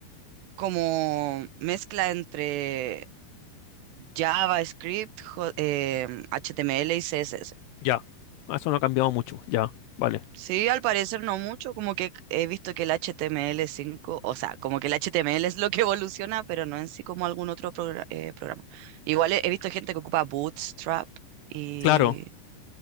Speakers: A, on the right (about 80°); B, on the left (about 80°).
A: como mezcla entre JavaScript, jo- em, HTML y CSS.
B: Ya. Ah, Eso no ha cambiado mucho. Ya, vale.
A: Sí, al parecer no mucho, como que he visto que el html cinco, o sea, como que el HTML es lo que <laughs> evoluciona, pero no en sí como algún otro progra- eh, programa. Igual he, he visto gente que ocupa Bootstrap y
B: Claro.